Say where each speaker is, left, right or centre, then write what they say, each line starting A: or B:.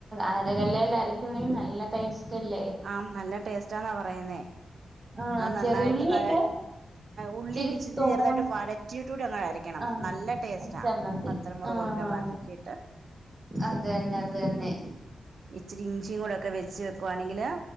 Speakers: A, on the right; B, on the right.
A: അരകല്ലേൽ അരക്കുവാണെങ്കിൽ നല്ല ടേസ്റ്റ് അല്ലേ
B: ആ നല്ല ടേസ്റ്റ് റ്റാന്നാ പറയുന്നേ
A: ആഹ്
B: അത് നന്നായിട്ട്
A: ചെറിയുള്ളിയൊക്കെ
B: ന ഉള്ളിയൊക്കെ
A: ഇച്ചിരി
B: ചെറുതായിട്ട്
A: തോനെ
B: വഴറ്റിയിട്ട് കൂടി ഒന്നരക്കണം
A: ആഹ്
B: നല്ല ടേസ്റ്റ് ആണ്
A: ചമ്മന്തി
B: വത്തലമുളകൊക്കെ
A: ആഹ്
B: വരറ്റിട്ട്
A: അതന്നെ അതന്നെ
B: ഇച്ചിരി ഇഞ്ചിയും കൂടെ ഒക്കെ വെച്ച വെക്കുവാണെങ്കില്